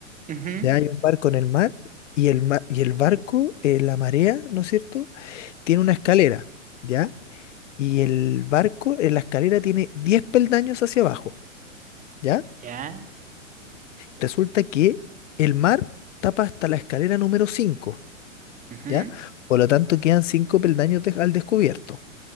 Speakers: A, on the right; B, on the left.
A: ujú,
B: ya hay un barco en el mar y el, ma- y el barco, eh, la marea, ¿no es cierto? Tiene una escalera, ¿ya? Y el barco en la escalera tiene 10 peldaños hacia abajo, ¿ya?
A: ¿Ya?
B: Resulta que el mar tapa hasta la escalera número 5,
A: ujú,
B: ¿ya? Por lo tanto, quedan 5 peldaños de- al descubierto